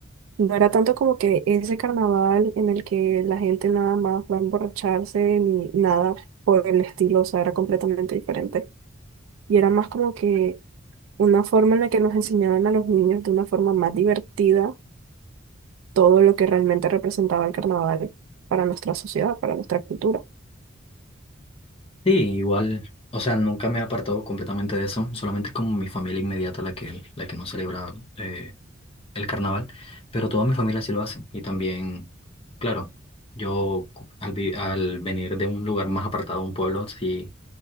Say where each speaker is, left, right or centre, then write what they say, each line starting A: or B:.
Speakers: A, on the right (about 80°); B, on the left (about 30°).
A: No era tanto como que ese carnaval en el que la gente nada más va a emborracharse ni nada por el estilo, o sea, era completamente diferente. Y era más como que una forma en la que nos enseñaban a los niños de una forma más divertida todo lo que realmente representaba el carnaval para nuestra sociedad, para nuestra cultura.
B: Sí, igual, o sea, nunca me he apartado completamente de eso, solamente como mi familia inmediata la que, la que no celebra eh, el carnaval, pero toda mi familia sí lo hace y también, claro, yo cu- al, vi- al venir de un lugar más apartado, un pueblo, sí,